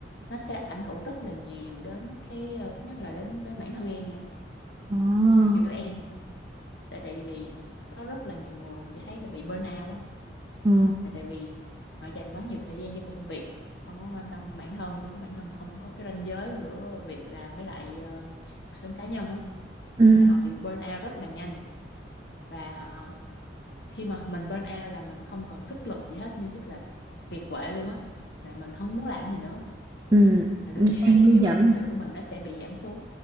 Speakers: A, on the left; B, on the right.
A: nó sẽ ảnh hưởng rất là nhiều đến cái ờ, thứ nhất là đến đến bản thân em nha
B: Ồ.
A: là kiểu em tại tại vì có rất là nhiều người mà chị thấy là bị burn out á
B: Ờ.
A: là tại vì họ dành quá nhiều thời gian cho công việc không có quan tâm bản thân chăm sóc bản thân không có cái ranh giới giữa việc làm với lại ờ, cuộc sống cá nhân á
B: Ừ.
A: nên là họ bị burn out rất là nhanh và họ khi mà mình burn out là mình không còn sức lực gì hết nhưng tức là kiệt quệ luôn á là mình không muốn làm gì nữa
B: Ừ.
A: là đương
B: Nghe
A: nhiên là
B: nguy
A: cái hiệu
B: hiểm.
A: quả công việc của mình nó sẽ bị giảm xuống